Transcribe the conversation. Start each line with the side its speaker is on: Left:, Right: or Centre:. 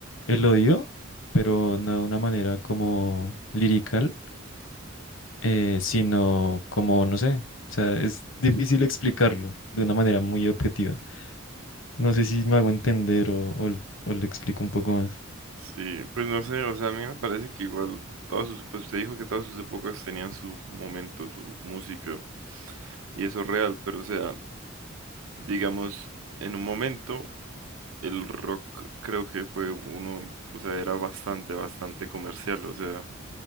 Left: el odio, pero no de una manera como lirical, eh, sino como, no sé, o sea, es difícil explicarlo de una manera muy objetiva. No sé si me hago entender o, o, o le explico un poco más.
Right: Sí, pues no sé, o sea, a mí me parece que igual todas sus, pues usted dijo que todas sus épocas tenían su momento, su música, y eso es real, pero o sea, digamos, en un momento el rock creo que fue uno, o sea, era bastante, bastante comercial, o sea,